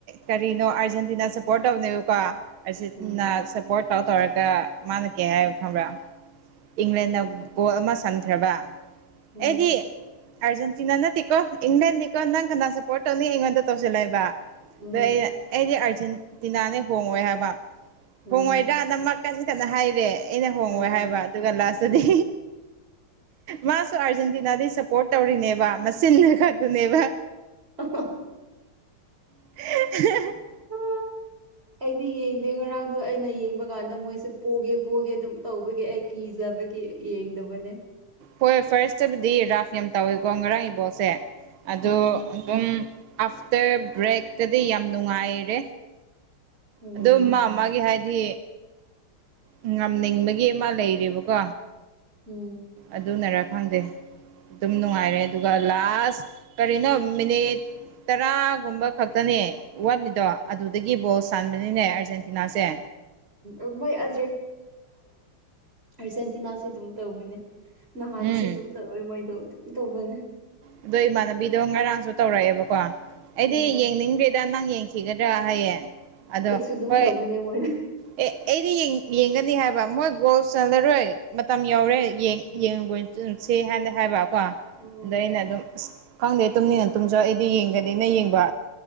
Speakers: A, on the right; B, on the right.
A: ꯀꯔꯤꯅꯣ ꯑꯥꯔꯖꯦꯟꯇꯤꯅꯥ ꯁꯞꯄꯣꯔꯠ ꯇꯧꯅꯦꯕꯀꯣ ꯑꯥꯔꯖꯦꯟꯇꯤꯅꯥ
B: ꯎꯝ
A: ꯁꯞꯄꯣꯔꯠ ꯀꯥꯎ ꯇꯧꯔꯒ ꯃꯥꯟꯅꯒꯦ ꯍꯥꯏꯕ ꯈꯪꯕ꯭ꯔꯥ ꯏꯪꯂꯦꯟꯅ
B: ꯎꯝ
A: ꯒꯣꯜ ꯑꯃ ꯁꯟꯈ꯭ꯔꯕ
B: ꯎꯝ
A: ꯑꯩꯗꯤ ꯑꯔꯖꯦꯟꯇꯤꯅꯥ ꯅꯠꯇꯦꯀꯣ ꯏꯪꯂꯦꯟꯅꯤꯀꯣ ꯅꯪ ꯀꯅꯥ ꯁꯄꯣꯔꯠ ꯇꯧꯅꯤ ꯑꯩꯉꯣꯟꯗ ꯇꯧꯁꯤꯜꯂꯦꯕ
B: ꯎꯝ
A: ꯑꯗꯩ ꯑꯩꯅ ꯑꯩꯗꯤ ꯑꯥꯔꯖꯦꯟꯇꯤꯅꯥꯅꯦ ꯍꯣꯡꯉꯣꯏ ꯍꯥꯏꯕ
B: ꯎꯝ
A: ꯍꯣꯡꯉꯣꯏꯗ꯭ꯔꯥ ꯅꯃꯛ ꯀꯟ ꯀꯟꯅ ꯍꯥꯏꯔꯦ ꯑꯩꯅ ꯍꯣꯡꯉꯦ
B: ꯑꯥ
A: ꯍꯥꯏꯕ ꯑꯗꯨꯒ ꯂꯥꯁꯇꯨꯗꯤ
B: ꯎꯝ
A: ꯃꯥꯁꯨ ꯑꯥꯔꯖꯦꯟꯇꯤꯅꯥꯗ ꯁꯞꯄꯣꯔꯠ ꯇꯧꯔꯤꯅꯦꯕ ꯃꯆꯟꯅ ꯈꯛꯇꯨꯅꯦꯕ
B: ꯍꯥꯌꯕꯥ
A: <unintelligible>
B: ꯎꯝ ꯑꯩꯗꯤ ꯌꯦꯡꯗꯦ ꯉꯔꯥꯡꯗꯣ ꯑꯩꯅ ꯌꯦꯡꯕ ꯀꯥꯟꯗ ꯃꯣꯏꯁꯦ ꯄꯣꯒꯦ ꯄꯣꯒꯦ ꯑꯗꯨꯝ ꯇꯧꯕꯒꯤꯦ ꯑꯩ ꯀꯤꯖꯕꯒꯤ ꯌꯦꯡꯗꯕꯅꯦ
A: ꯍꯣꯏ ꯐꯔꯁꯇꯕꯨꯗꯤ ꯔꯥꯐ ꯌꯥꯝ ꯇꯧꯋꯤꯀꯣ ꯉꯔꯥꯡꯒꯤ ꯕꯣꯜꯁꯦ ꯑꯗꯣ
B: ꯎꯝ
A: ꯑꯗꯨꯝ ꯑꯥꯐꯇꯔ ꯕ꯭ꯔꯦꯛꯇꯗꯤ ꯌꯥꯝ ꯅꯨꯡꯉꯥꯏꯔꯦ
B: ꯎꯝ
A: ꯑꯗꯨ ꯃꯥ ꯃꯥꯒꯤ ꯍꯥꯏꯗꯤ ꯉꯝꯅꯤꯡꯕꯒꯤ ꯑꯃ ꯂꯩꯔꯤꯕꯀꯣ
B: ꯎꯝ
A: ꯑꯗꯨꯅꯔ ꯈꯪꯗꯦ ꯑꯗꯨꯝ ꯅꯨꯡꯉꯥꯏꯔꯦ ꯑꯗꯨꯒ ꯂꯥꯁ ꯀꯔꯤꯅꯣ ꯃꯤꯅꯤꯠ ꯇꯔꯥꯒꯨꯝꯕ ꯈꯛ ꯈꯛꯇꯅꯦ ꯋꯥꯠꯂꯤꯗꯣ ꯑꯗꯨꯗꯒꯤ
B: ꯎꯝ
A: ꯕꯣꯜ ꯁꯥꯟꯕꯅꯤꯅꯦ ꯑꯥꯔꯖꯦꯟꯇꯤꯅꯥꯁꯦ
B: ꯎ ꯃꯣꯏ ꯑ ꯑꯔꯖꯦꯟꯇꯤꯅꯥꯁꯦ ꯑꯗꯨꯝ ꯇꯧꯕꯅꯦ ꯅꯍꯥꯟꯁꯨ
A: ꯎꯝ
B: ꯑꯗꯨꯝ ꯇꯧꯔꯣꯏ ꯃꯣꯏꯗꯣ ꯑꯗꯨꯝ ꯇꯧꯕꯅꯦ
A: ꯑꯗꯣ ꯏꯃꯥꯟꯅꯕꯤꯗꯣ ꯉꯔꯥꯡꯁꯨ ꯇꯧꯔꯛꯑꯦꯕꯀꯣ ꯑꯩꯗꯤ
B: ꯎꯝ
A: ꯌꯦꯡꯅꯤꯡꯗ꯭ꯔꯦꯗ ꯅꯪ ꯌꯦꯡꯈꯤꯒꯗ꯭ꯔꯥ ꯍꯌꯦꯡ ꯑꯗꯣ
B: ꯑꯩꯁꯨ ꯑꯗꯨꯝ
A: ꯍꯣꯏ
B: ꯇꯧꯕꯅꯦ ꯃꯣꯏꯅ
A: ꯑꯦ ꯑꯩꯗꯤ ꯌꯦꯡ ꯌꯦꯡꯒꯅꯤ ꯍꯥꯏꯕ ꯃꯣꯏ ꯒꯣꯜ ꯆꯜꯂꯔꯣꯏ ꯃꯇꯝ ꯌꯧꯔꯦ ꯌꯦꯡ ꯌꯦꯡꯕ ꯆꯁꯦ ꯍꯥꯏꯅ ꯍꯥꯏꯕꯀꯣ ꯑꯗ
B: ꯎꯝ
A: ꯑꯩꯅ ꯑꯗꯨꯝ ꯑꯁ ꯈꯪꯗꯦ ꯇꯨꯝꯅꯤꯡꯉ ꯇꯨꯝꯖꯧ ꯑꯩꯗꯤ ꯌꯦꯡꯒꯅꯤꯅ ꯌꯦꯡꯕ